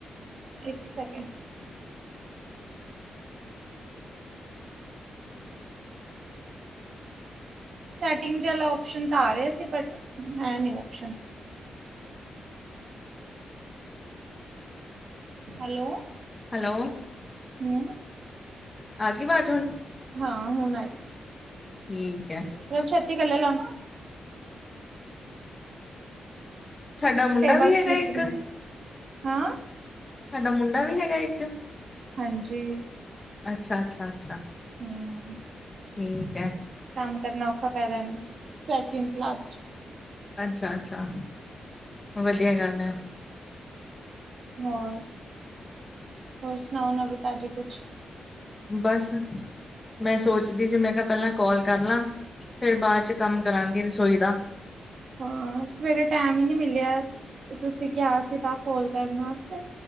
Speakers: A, on the right; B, on the left.
A: ਇੱਕ ਸੈਕਿੰਡ ਸੈਟਿੰਗ ਵਾਲਾ ਓਸ਼ਨ ਤਾਂ ਆ ਰਿਹਾ ਸੀ ਬਟ ਹੈ ਨਹੀਂ ਓਸ਼ਨ ਹੈਲੋ
B: ਹੈਲੋ
A: ਹਾਂਜੀ
B: ਆ ਗਈ ਆਵਾਜ਼ ਹੁਣ
A: ਹਾਂ ਹੁਣ ਆਈ
B: ਠੀਕ ਹੈ
A: ਪਰਬ ਛੇਤੀ ਕਰਲੇ ਲਾਂ
B: ਸਾਡਾ ਮੁੰਡਾ
A: ਟੇਬਲਸ
B: ਵੀ ਹੈਗਾ
A: ਲਿਖ
B: ਇੱਕ
A: ਕੇ ਦਿਖਾਓ ਹਾਂ
B: ਤਾਡਾ ਮੁੰਡਾ ਵੀ ਹੈਗਾ ਇੱਕ
A: ਹਾਂਜੀ
B: ਅੱਛਾ -ਅੱਛਾ, ਅੱਛਾ
A: ਹਮ,
B: ਠੀਕ ਹੈ
A: ਕੰਮ ਕਰਨਾ ਔਖਾ ਪੈ ਗੇਆਂ ਅਨੂੰ ਸੈਕਿੰਡ ਕਲਾਸਟ
B: ਅੱਛਾ -ਅੱਛਾ ਵਧੀਆ ਗੱਲ ਹੈ,
A: ਹੋਰ -ਹੋਰ ਸੁਣਾਓ ਨਾ ਵੀ ਤਾਜ਼ੀ ਕੁਛ
B: ਬਸ ਮੈਂ ਸੋਚਦੀ ਸੀ ਮੈਂ ਕਿਹਾ ਪਹਿਲਾਂ ਕੋਲ ਕਰ ਲਾਂ ਫੇਰ ਬਾਅਦ ਚ ਕੰਮ ਕਰਾਂਗੀ ਰਸੋਈ ਦਾ
A: ਹਾਂ ਸਵੇਰੇ ਟੈਮ ਹੀ ਨਹੀਂ ਮਿਲਿਆ ਤੇ ਤੁਸੀਂ ਕਿਹਾ ਸੀ ਤਾਂ ਕੋਲ ਕਰਨ ਵਾਸਤੇ